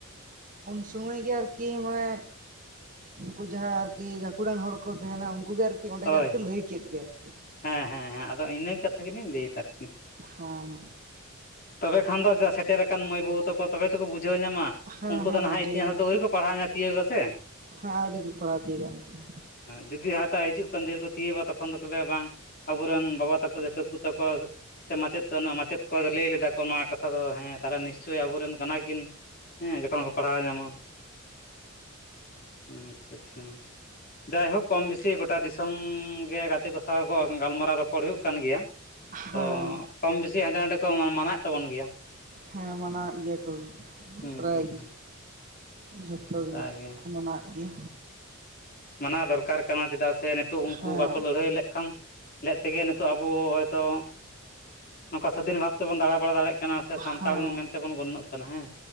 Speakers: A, on the right; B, on the left.
A: ᱩᱱ ᱥᱚᱢᱚᱼᱭ ᱜᱮ ᱟᱨᱹᱠᱤ ᱢᱟᱹᱱᱮ ᱩᱱᱠᱩ ᱡᱟᱦᱟᱸ ᱟᱨᱹᱠᱤ ᱜᱟᱹᱠᱷᱩᱲᱟᱱ ᱦᱚᱲᱹ ᱠᱚ ᱛᱟᱦᱮᱱᱟᱹ ᱩᱱᱠᱩ ᱜᱮ ᱟᱨᱹᱠᱤ ᱚᱸᱰᱮᱜ
B: ᱦᱳᱭ
A: ᱟᱨᱠᱚ
B: ᱦᱳᱭ
A: ᱞᱟᱹᱭ ᱠᱮᱫ ᱜᱮ ᱟᱨᱹᱠᱤ
B: ᱦᱮᱸ ᱦᱮᱸ ᱦᱮᱸ ᱟᱼᱫᱚ ᱤᱱᱟᱹ ᱠᱟᱛᱷᱟᱹ ᱜᱮᱹᱞᱤᱧ ᱞᱟᱹᱭᱮᱫᱟ ᱟᱨᱹᱠᱤ
A: ᱦᱮᱸ
B: ᱛᱚᱵᱮ ᱠᱷᱟᱱᱹ ᱫᱚ ᱡᱟ ᱥᱮᱴᱮᱨ ᱟᱼᱠᱟᱱ ᱢᱟᱹᱭ ᱵᱟᱹᱵᱩ ᱛᱟᱠᱚ ᱛᱚᱵᱮ ᱛᱠᱚ ᱵᱩᱡᱷᱟᱹᱣ ᱧᱟᱢᱟᱹ
A: ᱦᱮᱸ
B: ᱩᱱᱠᱩ
A: ᱦᱮᱸ
B: ᱫᱚ ᱱᱟᱦᱟᱼᱜ
A: ᱡᱮ
B: ᱤᱛᱤᱦᱟᱸᱟᱥ ᱨᱮ ᱫᱚ ᱟᱹᱣᱨᱤ ᱠᱚ ᱯᱟᱲᱹᱦᱟᱣᱧᱟᱹ ᱛᱤᱭᱳᱜᱟᱹ ᱥᱮ ᱦᱮᱸ
A: ᱦᱮᱸ ᱟᱹᱣᱨᱤ ᱠᱚ ᱯᱟᱲᱦᱟᱣ ᱛᱤᱭᱳᱜᱟ ᱩᱱᱠᱩ ᱫᱚ᱾
B: ᱡᱩᱫᱤ ᱦᱟᱛᱟᱜ ᱦᱤᱡᱩᱜ ᱠᱟᱱᱹ ᱫᱤᱭᱮ ᱠᱚ ᱛᱤᱭᱳᱵᱟᱹ ᱛᱚ ᱠᱷᱚᱱ ᱫᱚ ᱠᱚ <inaudible> ᱵᱟᱝ ᱟᱵᱚᱨᱮᱱ ᱵᱟᱵᱟ ᱛᱟᱠᱚ ᱫᱤᱠᱩ ᱠᱚ ᱛᱟᱠᱚ ᱥᱮ ᱢᱟᱹᱪᱮᱫ ᱢᱟᱹᱪᱮᱫ ᱠᱚ ᱞᱟᱹᱭ ᱞᱮᱫᱟ ᱠᱚ ᱱᱚᱹᱣᱟ ᱠᱟᱛᱷᱟᱹ ᱠᱟᱛᱷᱟᱹ ᱫᱚ ᱦᱮᱸ ᱛᱟᱦᱚᱸᱞᱮ ᱱᱤᱥᱪᱳᱼᱭ ᱟᱵᱚᱨᱮᱱ ᱠᱟᱱᱟᱹᱠᱤᱱ ᱦᱮᱸ ᱡᱚᱹᱠᱷᱚᱱ ᱠᱚ ᱯᱟᱲᱦᱟᱼᱣ ᱧᱟᱢᱟᱹ ᱟᱼᱪᱷᱟᱹ ᱟᱼᱪᱷᱟᱹ ᱡᱟᱭᱸᱦᱳᱠ ᱠᱚᱢ ᱵᱮᱥᱤ ᱜᱚᱴᱟᱹ ᱫᱤᱥᱚᱢᱹ ᱜᱮ ᱜᱟᱛᱮ ᱠᱚ ᱥᱟᱶᱟᱣ ᱠᱚᱸ ᱜᱟᱞᱢᱟᱨᱟᱼᱣ ᱨᱚᱯᱚᱲᱹ ᱦᱩᱭᱩᱜᱹ ᱠᱟᱱ ᱜᱮᱼᱭᱟ
A: ᱦᱮᱸ
B: ᱛᱚ ᱠᱚᱢ ᱵᱮᱥᱤ ᱦᱟᱸᱰᱮ ᱱᱟᱰᱮ ᱠᱚ ᱢᱟᱹᱱᱟᱣᱮᱫ ᱛᱟᱵᱚᱱ ᱜᱮᱼᱭᱟᱹ
A: ᱦᱮᱸ ᱢᱟᱹᱱᱟᱣᱮᱫ ᱜᱮᱼᱭᱟ ᱠᱚ
B: ᱦᱩᱸ
A: ᱯᱨᱟᱭ
B: ᱦᱩᱸ
A: ᱜᱮ ᱡᱚᱛᱚ ᱜᱮ
B: ᱚᱱᱠᱟᱜᱮ
A: ᱠᱚᱸ ᱢᱟᱱᱟᱼᱣ ᱟᱸ ᱜᱮᱼᱭᱟᱹ
B: ᱢᱟᱱᱟᱼᱣ ᱫᱚᱨᱠᱟᱨᱹ ᱠᱟᱱᱟ ᱪᱮᱫᱟᱜᱹ ᱥᱮ ᱱᱤᱛᱚᱼᱜ ᱩᱱᱠᱩ
A: ᱦᱮᱸ
B: ᱵᱟᱹᱠᱚ ᱞᱟᱹᱲᱦᱟᱹᱭ ᱞᱮ ᱠᱷᱟᱱᱹ ᱞᱮᱫ ᱛᱮᱜᱮ ᱱᱤᱛᱚᱼᱜ ᱟᱵᱚ ᱦᱚᱭᱸᱛᱚ ᱱᱚᱝᱹᱠᱟ ᱥᱟᱹᱫᱷᱤᱱ ᱵᱷᱟᱵᱽ ᱛᱮᱵᱚᱱ ᱫᱟᱬᱟᱵᱲᱟ ᱫᱟᱲᱮᱭᱟᱜ᱾ ᱠᱟᱱᱟᱹ ᱥᱮ
A: ᱦᱮᱸ
B: ᱥᱟᱱᱛᱟᱲᱹ ᱢᱮᱱᱹᱛᱮᱵᱚᱱ ᱜᱚᱱᱼᱱᱚᱜᱹ ᱠᱟᱱᱟ ᱦᱮᱸ